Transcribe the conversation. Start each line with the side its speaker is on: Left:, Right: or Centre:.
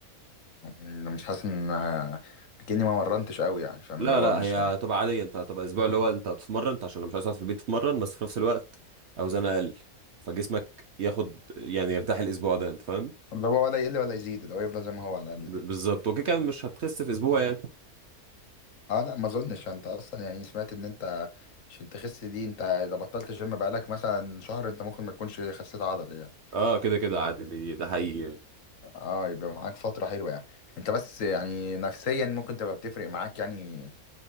Left: أمم، مش حاسس ان كأني ما مرنتش قوي يعني فاهم
Right: لا
Left: اللي هو
Right: لا
Left: مش
Right: هي هتبقى عاديه انت هتبقى اسبوع اللي هو انت بتتمرن انت عشان لو مش عايز تقعد في البيت تتمرن بس في نفس الوقت اوزان اقل فجسمك ياخد يعني يرتاح الاسبوع ده انت فاهم
Left: اللي هو ولا يقل ولا يزيد اللي هو يفضل زي ما هو على الاقل
Right: ب- بالظبط وكده كده مش هتخس في اسبوع يعني
Left: اه لا ما اظنش انت اصلا يعني سمعت ان انت عشان تخس دي انت اذا بطلت جيم بقالك مثلا شهر انت ممكن ما تكونش خسيت عضل يعني
Right: اه كده كده عادي دي ده حقيقي يعني.
Left: اه يبقى معاك فترة حلوة يعني انت بس يعني نفسيا ممكن تبقى بتفرق معاك يعني